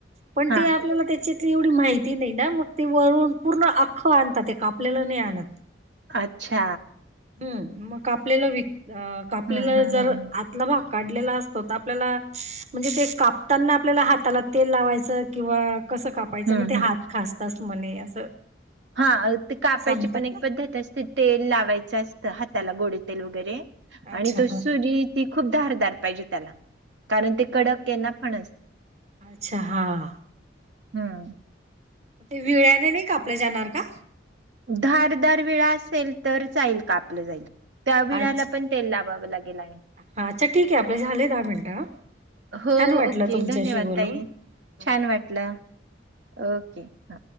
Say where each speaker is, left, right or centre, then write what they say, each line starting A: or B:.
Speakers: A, on the right; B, on the right.
A: पण
B: हा.
A: ते आपल्याला त्याचे ली एवढी माहिती नाही ना मग ते वरून पूर्ण अख्खं आणतात ते कापलेलं नाही आणत
B: अच्छा
A: हम् मग कापलेलं विक कापलेला
B: हम्म हम्म
A: जर
B: हम्म.
A: आतला भाग काढलेला अस आपल्याला म्हणजे ते कापताना आपल्याला हाताला तेल लावायचं किंवा कसं कापायचं
B: हम्म
A: मग ते
B: हम्म.
A: हात खासतच म्हणे असं
B: हा ते कापायची
A: सांगतात
B: पण एक
A: ना
B: पद्धत असते तेल लावायचं असतं हाताला गोडे तेल वगैरे आणि
A: अच्छा
B: तो
A: ह
B: सुरी ती खूप धारदार पाहिजे त्याला कारण ते कडक यांना फण असते
A: अच्छा हां
B: हम्म
A: ते विळ्याने नाही कापले जाणार का
B: दार दार वेळा असेल तर जाचाईल का आपलं जाईल त्या विळाला
A: अच्छा
B: पण तेल लावावं लागेल आणि
A: हा अच्छा ठीक आहे आपले झाले दहा मिनिटं हा.
B: हो
A: छान वाटलं
B: ओके
A: तुमच्याशी
B: धन्यवाद
A: बोलून
B: ताई
A: हो
B: छान वाटलं ओके हां.